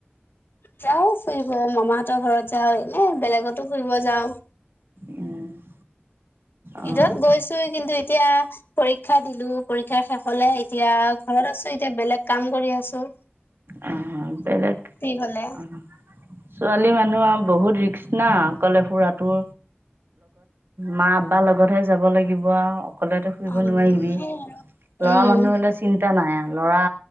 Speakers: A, on the left; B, on the right.
A: যাওঁ ফুৰিব মামাহঁতৰ ঘৰত যাওঁ এনে বেলেগতো ফুৰিব যাওঁ।
B: উম। অ',
A: ঈদত গৈছোঁ কিন্তু এতিয়া পৰীক্ষা দিলোঁ পৰীক্ষা শেষ হ'লে এতিয়া ঘৰত আছোঁ এতিয়া বেলেগ কাম কৰি আছোঁ।
B: অ বেলেগ
A: হলে
B: অ। ছোৱালী মানুহৰ আৰু বহুত ৰিক্স না অকলে ফুৰাটো। মাঁ আব্বা লগতহে যাব লাগিব আৰু। অকলেতো ফুৰিব
A: অ,
B: নোৱাৰিবি
A: সেই আৰু
B: ল'ৰা
A: উম,
B: মানুহ হ'লে চিন্তা চিন্তা নাই আৰু ল'ৰা